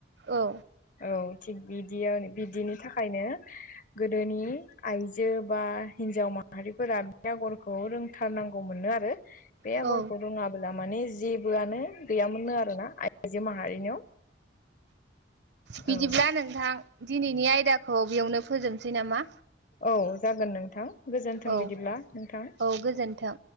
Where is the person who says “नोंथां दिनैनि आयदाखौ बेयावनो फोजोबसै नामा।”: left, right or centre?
Right